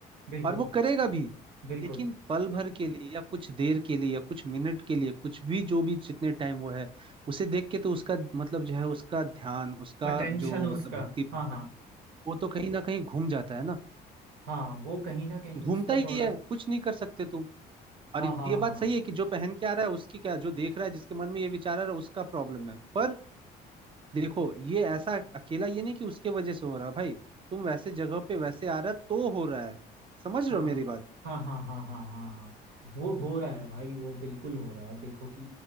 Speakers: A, on the right; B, on the right.
A: बिल्कुल
B: और वो करेगा भी
A: बिल्कुल
B: लेकिन पल भर के लिए या कुछ देर के लिए या कुछ मिनट के लिए कुछ भी जो भी जितने टाइम वो है उसे देख के तो उसका मतलब जो है उसका ध्यान उसका
A: अटेंशन
B: जो
A: उसका
B: मतलब भक्ति
A: हाँ
B: भाव
A: हाँ
B: है वो तो कहीं ना कहीं घूम जाता है ना
A: हाँ वो कहीं ना कहीं उसका
B: घूमता ही
A: थोड़ा
B: है कुछ नहीं कर सकते तुम और
A: हाँ
B: ये
A: हाँ हाँ
B: बात सही है कि जो पहन के आ रहा है उसकी क्या जो देख रहा है जिसके मन में ये विचार आ रहा है उसका प्रॉब्लम है पर देखो ये ऐसा अकेला ये नहीं कि उसके वजह से हो रहा भाई तुम वैसे जगह पे वैसे आ रहा तो हो रहा है समझ रहे
A: हाँ
B: हो मेरी बात
A: हाँ हाँ हाँ हाँ हाँ हाँ वो हो रहा है भाई वो बिल्कुल हो रहा है देखो कि